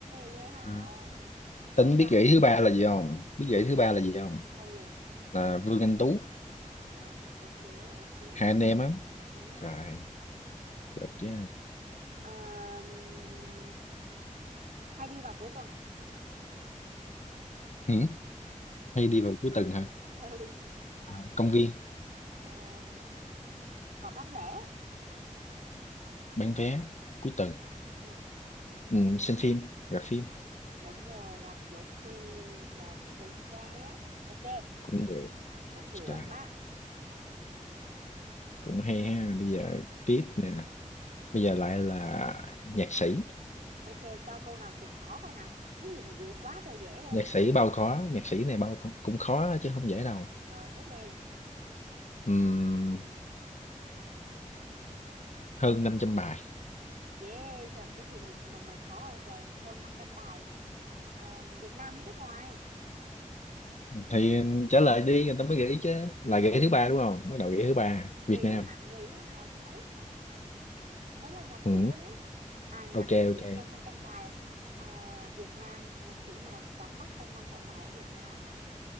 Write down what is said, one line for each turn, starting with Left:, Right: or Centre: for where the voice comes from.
Right: ghê không?
Left: à.
Right: Ghê
Left: tính biết
Right: không?
Left: gợi ý thứ ba là gì không biết
Right: Ghê-
Left: gợi ý thứ ba là gì không
Right: Là gì?
Left: là Vương Anh Tú
Right: À, ok, ok.
Left: hai anh em á
Right: Ừ.
Left: rồi được chứ
Right: Ờm, hay đi vào cuối tuần.
Left: ừ. hay đi vào cuối tuần hả
Right: <laughs> Ừ.
Left: à, công viên
Right: À, có bán vé.
Left: bán vé cuối tuần
Right: Ừ.
Left: ừ, xem phim gặp phim
Right: Đúng rồi, rạp chiếu phim. Đúng, chính xác. Ok,
Left: cũng được
Right: cũng được
Left: rồi
Right: đó.
Left: cũng hay ha bây giờ tiếp nè bây giờ lại là nhạc sĩ
Right: Ok, cho câu nào thiệt khó coi nào. Cái gì mà dễ quá rồi dễ luôn
Left: nhạc
Right: á.
Left: sĩ bao khó nhạc sĩ này bao cũng cũng khó chứ không dễ đâu
Right: Rồi, tiếp đi.
Left: Ừm, hơn năm trăm bài
Right: Dễ sợ cái gì mà mà mà khó rồi trời hơn 500 bài Ờ, Việt Nam hay nước ngoài
Left: thì trả lời đi người ta mới gợi ý chứ là gợi ý thứ ba đúng không bắt đầu gợi ý thứ ba
Right: người
Left: Việt Nam
Right: thứ hạng người thứ hai chứ mấy mới là nhạc
Left: ừ,
Right: sĩ chứ mấy à nhạc
Left: ok
Right: sĩ
Left: ok
Right: hơn 500 bài Ờ, Việt Nam nhạc sĩ mà sáng tác hơn 500 bài ở Việt Nam mà